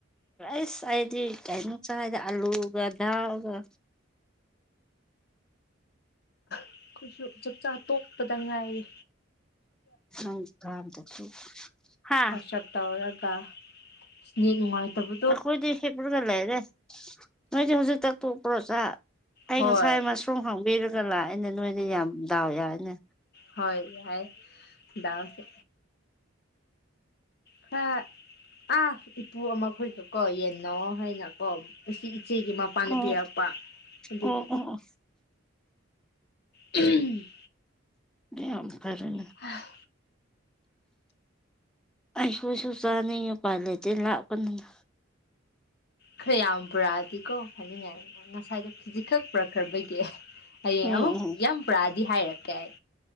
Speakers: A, in the centre; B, on the left (about 55°).
A: ꯑꯁ ꯑꯗꯤ ꯀꯩꯅꯣ ꯆꯥꯢꯗ ꯑꯂꯨꯒ ꯗꯥꯜꯒ
B: ꯑꯩꯈꯣꯏꯁꯨ ꯆꯥꯛꯆꯥꯥ ꯇꯣꯛꯄꯗ ꯉꯥꯏꯔꯤ
A: ꯍꯪ ꯀꯝꯗꯗꯤ ꯍꯥ
B: ꯋꯥꯆꯞ ꯇꯧꯔꯒ ꯅꯦꯠ ꯅꯨꯡꯉꯥꯏꯇꯕ
A: ꯑꯩꯈꯣꯏꯗꯤ ꯍꯤꯞꯔꯒ ꯂꯩꯔꯦ ꯅꯣꯏꯗꯤ ꯍꯧꯖꯤꯛ ꯇ ꯇꯣꯛꯄ꯭ꯔꯣ ꯆꯥꯛ ꯑꯩ
B: ꯍꯣꯏ
A: ꯉꯁꯥꯏ ꯃꯁꯔꯨꯝ ꯔꯨꯝ ꯍꯥꯡꯕꯤꯔꯒ ꯂꯥꯛꯑꯦꯅꯦ ꯅꯣꯏꯗꯤ ꯌꯥꯝ ꯗꯥꯎ ꯌꯥꯢꯅꯦ
B: ꯍꯣꯏ ꯌꯥꯏ ꯗꯥꯎꯁꯦ ꯈꯔ ꯑꯥ ꯏꯄꯨ ꯑꯃꯈꯣꯏꯒ ꯀꯣ ꯌꯦꯟ ꯌꯦꯟꯅꯋꯣ ꯍꯥꯏꯅ ꯀꯣ ꯏ ꯏꯆꯦꯒꯤ ꯃꯄꯥꯥꯅ
A: ꯑꯣ
B: ꯄꯤꯔꯛꯄ ꯑꯗꯨꯒꯤ
A: ꯑꯣ ꯑꯣ ꯑꯣ
B: ꯎꯝ
A: ꯗꯦꯝ ꯐꯔꯦꯅꯦ
B: ꯍꯥ
A: ꯑꯩꯈꯣꯏꯁꯨ ꯆꯥꯅꯤꯛꯉꯦ ꯎꯄꯥꯏ ꯂꯩꯇꯦ ꯂꯥꯛꯄꯅꯤꯅ
B: ꯈꯔ ꯌꯥꯝ ꯄꯨꯔꯛꯑꯗꯤꯀꯣ ꯍꯥꯏꯖꯤꯟꯅꯔꯅꯨ ꯉꯁꯥꯏꯗ ꯈꯤꯖꯤꯛꯈꯛ ꯄꯨꯔꯛꯈ꯭ꯔꯕꯒꯤ ꯍꯌꯦꯡ
A: ꯎꯝ
B: ꯑꯃꯨꯛ
A: ꯎꯝ
B: ꯌꯥꯝ ꯄꯨꯔꯛꯑꯗꯤ ꯍꯥꯏꯔꯛꯀꯦ ꯑꯩ